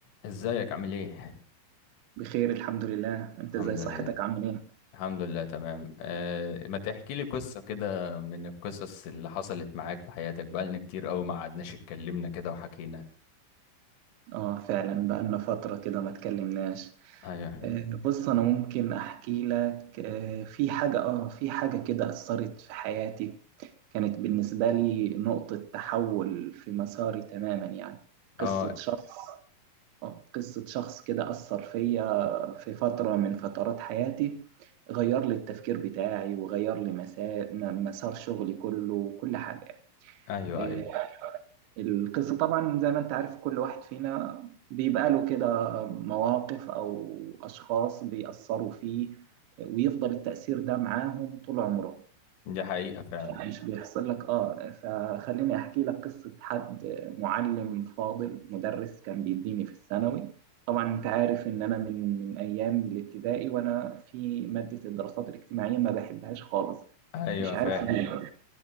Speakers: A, on the left; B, on the right.
A: ازيك عامل ايه
B: بخير الحمد لله انت
A: الحمد
B: ازاي صحتك
A: لله
B: عامل ايه
A: الحمد لله تمام أه ما تحكي لي قصة كده من القصص اللي حصلت معاك في حياتك بقالنا كتير قوي ما قعدناش اتكلمنا كده وحكينا
B: اه فعلا بقالنا فترة كده ما اتكلمناش
A: ايوه
B: آه، بص انا ممكن احكي لك آه، في حاجة اه في حاجة كده اثرت في حياتي كانت بالنسبة لي نقطة تحول في مساري تماما يعني قصة
A: اه
B: شخص آه، قصة شخص كده اثر فيا في فترة من فترات حياتي غير لي التفكير بتاعي وغير لي مسار مسار شغلي كله وكل حاجة
A: ايوه
B: آه،
A: ايوه
B: القصة طبعا زي ما انت عارف كل واحد فينا بيبقى له كده مواقف أو أشخاص بيأثروا فيه ويفضل التأثير ده معاهم طول عمره
A: دي حقيقة فعلا
B: يعني مش بيحصل لك اه فخليني أحكي لك قصة حد معلم فاضل مدرس كان بيديني في الثانوي طبعا انت عارف ان انا من من ايام الابتدائي وانا في مادة الدراسات الاجتماعية ما بحبهاش خالص
A: ايوه
B: مش عارف
A: فاهم
B: ليه اه